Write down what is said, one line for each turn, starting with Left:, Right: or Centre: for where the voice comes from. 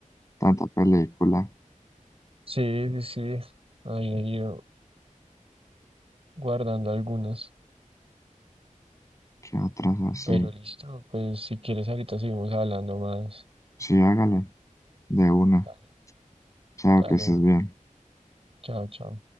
Left: tanta película
Right: Sí, sí, sí, ahí he ido guardando algunas.
Left: qué otras así.
Right: Pero listo, pues si quieres ahorita seguimos hablando más.
Left: Sí, hágale, de una.
Right: Dale,
Left: Chao,
Right: dale,
Left: que estés bien.
Right: chao, chao.